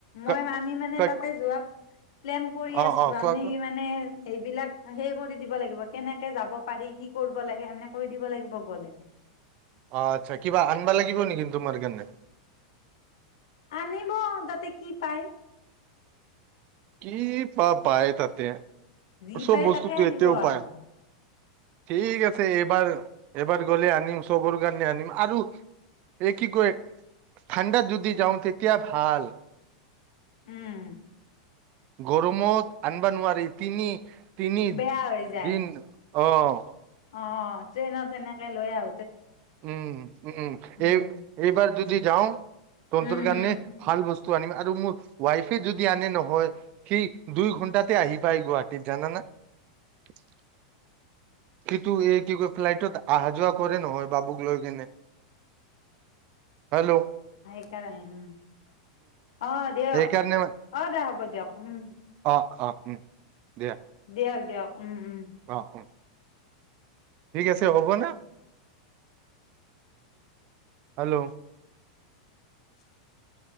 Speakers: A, on the left (about 75°); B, on the right (about 45°).
A: মই
B: ক
A: আমি মানে
B: ক
A: তাতে যোৱা প্লেন কৰি
B: অ
A: আছোঁ,
B: অ কোৱা
A: আমি
B: কোৱা
A: মানে এইবিলাক সেইকৰি দিব লাগিব, কেনেকে যাব পাৰি, কি কৰিব লাগে, এনে কৈ দিব লাগিব গ'লে।
B: অ' আচ্ছা কিবা আনবা লাগিব নেকি তোমাৰ কাৰণে?
A: আনিব তাতে কি পায়।
B: কি বা পায় তাতে?
A: যি
B: চব
A: পাই
B: বস্তুটো
A: তাকে আনিব
B: এটায়াও পায়।
A: আৰু
B: ঠিক আছে এইবাৰ এইবাৰ গ'লে আনিম চবৰ কাৰণে আনিম আৰু। এক কি কয় ঠাণ্ডা যদি যাওঁ তেতিয়া ভাল।
A: উম।
B: গৰমত আনবনোৱাৰী তিনি তিনি
A: বেয়া হৈ যায়
B: দিন আহ
A: অ', ট্ৰেইনত তেনেকে লৈ আহ
B: উম, উম
A: উম,
B: এই এইবাৰ যদি যাওঁ তহ'তৰ
A: উম,
B: কাৰনে
A: উম,
B: ভাল বস্তু তু আনিম, আৰু মোৰ ৱাইফে যদি আনে নহয় সি দুই ঘন্টাতে আহি পায় গুৱাহাটীত জানানে। <unintelligible> সি টো এই কি কয়, ফ্লাইটত অহা যোৱা কৰে নহয় বাবুক লৈ কেনে। হেল্ল'?
A: হেই কাৰনে, উম। অ' দিয়ক
B: সেইকাৰণে
A: অ' দে হ'ব দিয়ক, উম।
B: অ অ উম, দিয়া।
A: দিয়ক, দিয়ক উম উম।
B: অ অ ঠিক আছে হ'ব ন, হেল্ল'?
A: <unintelligible>